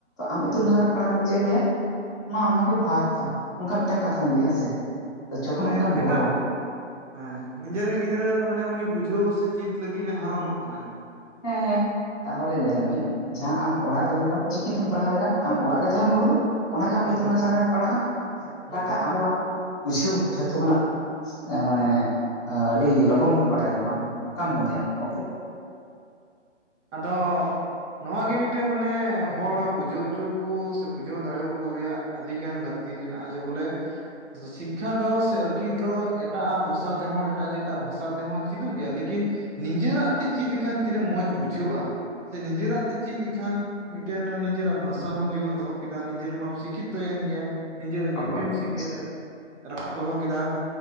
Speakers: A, on the left; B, on the right.
A: ᱟᱢ
B: ᱦᱩᱸ
A: ᱤᱛᱩᱱ ᱟᱥᱲᱟ ᱨᱮ ᱯᱟᱲᱦᱟᱣ ᱠᱟᱛᱮ ᱪᱮᱫ ᱮᱢ ᱞᱟᱹᱭᱼᱟ? ᱢᱟ ᱟᱢᱟᱠᱮ ᱵᱷᱟᱛ ᱮᱫᱳ ᱚᱱᱠᱟ ᱢᱤᱫᱴᱟᱱ ᱠᱟᱛᱷᱟᱢ
B: ᱦᱩᱸ
A: ᱞᱟᱹᱭᱟ ᱥᱮᱮ ᱡᱚᱠᱷᱚᱱ
B: ᱢᱟᱱᱮ
A: ᱚᱱᱠᱟᱢ ᱨᱚᱲᱼᱟ᱾
B: ᱮᱴᱟᱜ ᱦᱮᱸ ᱱᱤᱡᱮᱨᱮᱱ ᱜᱤᱫᱽᱨᱟᱹ ᱢᱟᱱᱮ ᱩᱱᱤ ᱵᱩᱡᱷᱟᱹᱣ ᱥᱮ ᱪᱮᱫ ᱞᱟᱹᱜᱤᱫ ᱦᱟᱨᱚᱱ ᱠᱟᱱᱟ᱾
A: ᱦᱮᱸ ᱦᱮᱸ ᱛᱟᱦᱚᱞᱮ ᱧᱮᱞ ᱢᱮ ᱡᱟᱦᱟᱸ ᱟᱢ ᱚᱲᱟᱜ ᱨᱮᱢ ᱨᱚᱲᱟ ᱪᱤᱠᱤᱛᱮᱢ ᱯᱟᱲᱦᱟᱣ ᱞᱮᱠᱷᱟᱱ ᱟᱢ ᱚᱲᱟᱜ ᱨᱮ ᱡᱟᱦᱟᱸᱢ ᱨᱚᱲ ᱫᱟ᱾ ᱚᱱᱟᱜᱮ ᱟᱢ
B: ᱦᱩᱸ
A: ᱤᱛᱩᱱ ᱟᱥᱲᱮᱢ ᱯᱟᱲᱦᱟᱼᱟ ᱚᱠᱟᱴᱟᱸ
B: ᱦᱩᱸ
A: ᱟᱵᱚᱣᱟ ᱵᱩᱡᱷᱟᱹᱣ ᱡᱷᱟᱹᱛᱚ ᱠᱟᱱᱟ ᱾ ᱢᱟᱱᱮ ᱟᱹᱰᱤ ᱞᱚᱜᱚᱱ ᱵᱚᱱ ᱵᱟᱰᱟᱭ ᱧᱟᱢᱟ ᱚᱠᱟᱢ ᱢᱚᱱᱮᱭᱟ ᱜᱚᱢᱠᱮ᱾
B: ᱟᱫᱚ ᱱᱚᱣᱟ ᱜᱮ ᱢᱤᱫᱴᱮᱱ ᱢᱟᱱᱮ ᱦᱚᱲ ᱵᱩᱡᱷᱟᱹᱣ ᱚᱪᱚ ᱟᱠᱩ ᱥᱮ ᱵᱩᱡᱷᱟᱹᱣ ᱫᱟᱲᱮᱣᱟᱠᱩ ᱨᱮᱭᱟᱜ ᱟᱹᱰᱤ ᱜᱟᱱ ᱞᱟᱹᱠᱛᱤ᱾ ᱛᱤ ᱢᱮᱱᱟᱼᱟ ᱡᱮ ᱵᱚᱞᱮ᱾ ᱥᱤᱠᱠᱷᱟ ᱫᱚ ᱥᱮ ᱟᱹᱠᱤᱞ ᱫᱚ ᱮᱴᱟᱜᱼᱟ ᱵᱷᱟᱥᱟ ᱛᱮᱦᱚᱸ ᱮᱴᱟᱜ ᱡᱟᱹᱛᱟᱜ ᱵᱷᱟᱥᱟ ᱛᱮᱦᱚᱸ ᱪᱮᱫᱚᱜ ᱜᱮᱭᱟ ᱞᱮᱠᱤᱱ᱾ ᱱᱤᱡᱮᱨᱟᱜ ᱛᱮ ᱪᱮᱫ ᱞᱮᱠᱷᱟᱱ ᱛᱤᱱᱟᱹᱜ ᱢᱚᱡᱽ ᱵᱩᱡᱷᱟᱹᱜᱼᱟ ᱥᱮ ᱱᱤᱡᱮᱨᱟᱜ ᱛᱮ ᱪᱮᱫ ᱞᱮᱠᱷᱟᱱ᱾ ᱢᱤᱫᱴᱮᱱ ᱱᱤᱡᱮᱨᱟᱜ ᱵᱷᱟᱥᱟ ᱦᱚᱸᱢᱤᱭᱮᱫ ᱫᱚᱦᱚ ᱠᱮᱫᱟ ᱱᱤᱡᱮᱨ ᱢᱟᱢ ᱥᱤᱠᱠᱷᱤᱛᱚᱭᱮᱱ ᱜᱮᱭᱟ᱾ ᱱᱤᱡᱮᱨᱟᱜ ᱞᱤᱯᱤᱢ
A: ᱚᱠᱚᱭ
B: ᱤᱭᱟ
A: ᱚᱵᱚᱥᱥᱳᱭ
B: ᱨᱟᱠᱟᱵ ᱫᱚᱦᱚ ᱠᱮᱫᱟ